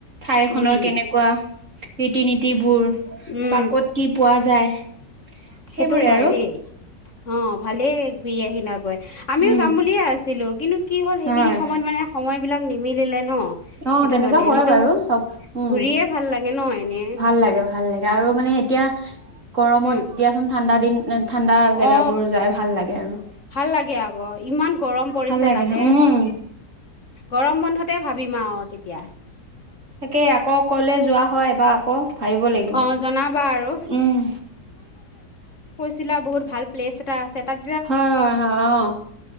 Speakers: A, on the right; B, on the left.
A: ঠাই
B: উম
A: খনৰ কেনেকুৱা ৰীতি নীতিবোৰ
B: উম
A: পাকত কি পোৱা যায় সেইবোৰে
B: সেইটো হয়
A: আৰু
B: দেই অ ভালেই ঘূৰি আহিল লাগুৱাই আমিও
A: উম
B: যাম বুলিয়ে আছিলো কিন্তু কি হ'ল সেইখিনি
A: হয়
B: সময়ত মানে সময় ইবিলাক নিমিলিলে ন
A: অ
B: সেইটো
A: তেনেকুৱা
B: কাৰণে
A: হয়
B: এনেতো
A: বাৰু চব উম
B: ঘূৰিয়ে ভাল লাগে ন এনে
A: ভাল লাগে ভাল লাগে আৰু মানে এতিয়া গৰমত
B: উম
A: দিয়াচোন ঠাণ্ড দিন ঠাণ্ডা
B: অ
A: জেগাবোৰ যাই ভাল লাগে আৰু
B: ভাল লাগে আকৌ ইমান গৰম পৰিছে
A: ভাল লাগে
B: তাতে
A: উম
B: গৰম বন্ধতে ভাবিম আৰু এতিয়া
A: তাকেই আকৌ কলে যোৱা হয় বা আকৌ ভাবিব লাগিব
B: অ জনাবা আৰু
A: উম
B: আছিলা বহুত ভাল প্লেছ এটা আছে তাক
A: হয় হয় হয় অ